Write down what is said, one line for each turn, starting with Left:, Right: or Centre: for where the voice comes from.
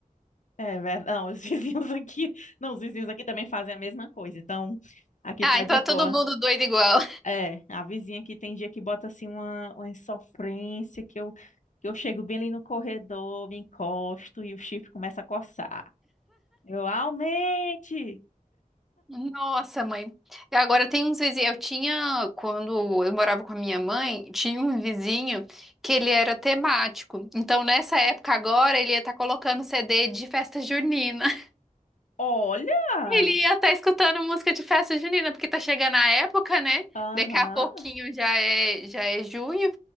Left: é verdade. Não, os <laughs> vizinhos aqui, não, os vizinhos aqui também fazem a mesma coisa. Então, aqui
Centre: Ah,
Left: tá
Centre: então
Left: de
Centre: é
Left: boa.
Centre: todo mundo doido igual.
Left: É, a vizinha aqui tem dia que bota assim uma, uma insofrência que eu que eu chego bem ali no corredor, me encosto e o chifre começa a coçar. Eu aumente!
Centre: Nossa, mãe. E Agora tem uns vizinhos. Eu tinha, quando eu morava com a minha mãe, tinha um vizinho que ele era temático. Então, nessa época agora, ele ia estar colocando CD de festa junina. <laughs>
Left: Olha!
Centre: Ele ia estar escutando música de festa junina, porque tá chegando a época, né?
Left: Aham.
Centre: Daqui a pouquinho já é, já é junho.